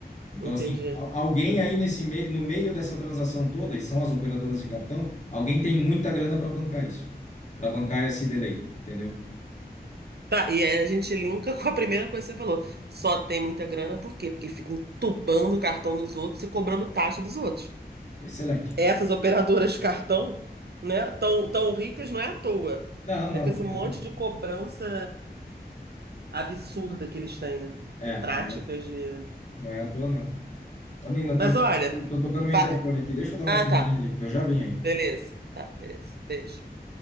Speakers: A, on the left; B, on the right.
A: Então,
B: entendi.
A: assim, al- alguém aí nesse meio, no meio dessa transação toda, e são as operadoras de cartão, alguém tem muita grana para bancar isso, para bancar esse delay, entendeu?
B: Tá, e aí a gente linka com a primeira coisa que você falou. Só tem muita grana, por quê? Porque fica entubando o cartão nos outros e cobrando taxa dos outros.
A: Excelente.
B: Essas operadoras de cartão, né, tão, tão ricas não é à toa.
A: Não, não,
B: É com esse
A: não é
B: monte
A: à toa.
B: de cobrança absurda que eles têm, né?
A: É,
B: De práticas
A: não é,
B: de.
A: não é à toa, não. Ô, Nina, estão
B: Mas olha.
A: tocando meu
B: fa-
A: interfone aqui. Deixa eu dar uma
B: Ah,
A: corridinha
B: tá.
A: ali. Eu já venho aí.
B: Beleza. Tá, beleza. Beijo.